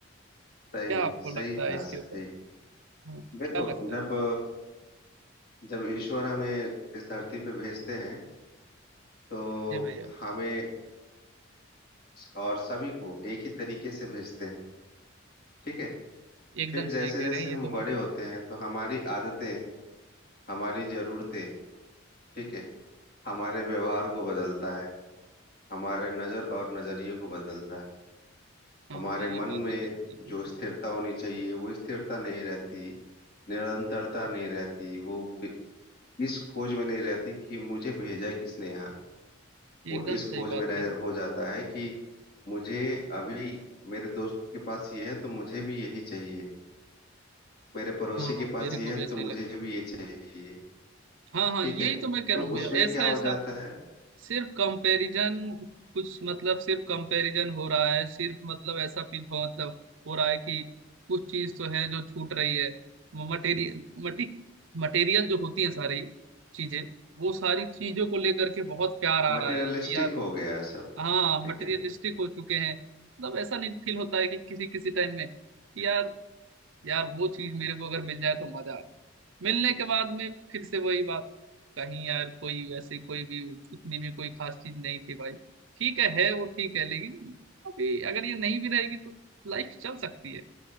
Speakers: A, on the left; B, on the right.
A: सही
B: क्या
A: है
B: आपको
A: सही
B: लगता
A: कहा
B: है इसके
A: सही
B: ऊपर
A: कहा
B: हाँ
A: देखो
B: क्या लगता
A: जब
B: है
A: जब ईश्वर हमें इस धरती पे भेजते हैं तो
B: ये भैया
A: हमें और सभी को एक ही तरीके से भेजते हैं ठीक है
B: एकदम
A: फिर
B: सही
A: जैसे
B: कह
A: जैसे
B: रहे हैं
A: हम
B: ये तो बात
A: बड़े होते
B: आप
A: हैं तो हमारी आदतें हमारी जरूरतें ठीक है हमारे व्यवहार को बदलता है हमारे नजर और नजरिए को बदलता है
B: हाँ
A: हमारे
B: हाँ ये
A: मन
B: बात
A: में
B: एकदम सही बोल
A: जो स्थिरता
B: रहे
A: होनी चाहिए वो स्थिरता नहीं रहती निरंतरता नहीं रहती वो इस खोज में नहीं रहती कि मुझे भेजा है किसने यहाँ
B: हैं
A: वो
B: एकदम
A: इस
B: सही
A: खोज
B: बात
A: में रह
B: कह रहे हैं
A: हो जाता है कि मुझे अभी मेरे दोस्त के पास ये है तो मुझे भी यही चाहिए मेरे पड़ोसी
B: हाँ हाँ
A: के पास
B: मेरे
A: ये
B: को
A: है
B: भी ऐसा
A: तो मुझे
B: ही लगता है
A: भी ये चाहिए
B: हाँ हाँ
A: ठीक
B: यही
A: है
B: तो मैं कह
A: तो
B: रहा हूँ भैया
A: उसमें
B: ऐसा
A: क्या हो
B: ऐसा
A: जाता है
B: सिर्फ कंपैरिजन कुछ मतलब सिर्फ कंपैरिजन हो रहा है सिर्फ मतलब ऐसा फील हो मतलब हो रहा है कि कुछ चीज तो है जो छूट रही है मटेरियल मटी मटेरियल जो होती है सारी चीजें वो सारी चीजों को लेकर के बहुत प्यार आ
A: मटेरियलिस्टिक
B: रहा है कि यार
A: हो गया सब
B: हाँ
A: ठीक
B: मटेरियलिस्टिक
A: है
B: हो चुके हैं मतलब ऐसा नहीं फील होता है कि किसी किसी टाइम में कि यार यार वो चीज मेरे को अगर मिल जाए तो मजा आ मिलने के बाद में फिर से वही बात कहीं यार कोई वैसे कोई भी उतनी भी कोई खास चीज नहीं थी भाई ठीक है है वो ठीक है लेकिन अभी अगर ये नहीं भी रहेगी तो लाइफ चल सकती है